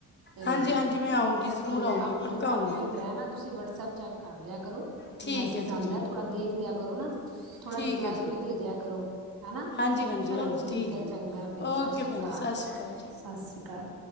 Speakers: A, on the right (about 85°); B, on the left (about 30°).
A: ਤੇ-
B: ਹਾਂਜੀ ਹਾਂਜੀ ਮੈਂ ਆਊਂਗੀ ਜ਼ਰੂਰ
A: ਤੇ
B: ਆਊਂਗੀ
A: ਅਪਡੇਟ-
B: ਪੱਕਾ ਆਊਂਗੀ
A: ਅਪਡੇਟ ਰਹਿਣਾ, ਤੁਸੀਂ ਵਟਸਐਪ ਚੈੱਕ ਕਰ ਲਿਆ ਕਰੋ।
B: ਠੀਕ
A: ਤੇ ਮੈਸੇਜ
B: ਹੈ ਜੀ
A: ਆਂਦਾ
B: ਠੀਕ
A: ਥੋੜਾ ਦੇਖ ਲਿਆ ਕਰੋ, ਨਾ ਥੋੜਾ
B: ਠੀਕ
A: ਰਿਪਲਾਈ
B: ਹੈ ਜੀ
A: ਵੀ ਦੇ ਦਿਆ ਕਰੋ। ਹਨਾ
B: ਹਾਂਜੀ ਹਾਂਜੀ
A: ਚਲੋ
B: ਹਾਂਜੀ
A: ਠੀਕ ਆ
B: ਹੈ
A: ਚੰਗਾ ਫਿਰ,
B: ਓਕੇ
A: ਸਸ਼
B: ਭੈਣ
A: ਰੀ ਕਾਲ,
B: ਜੀ ਸਤਿ ਸ਼੍ਰੀ ਅਕਾਲ ਜੀ
A: ਸਸ ਰੀ ਕਾਲ।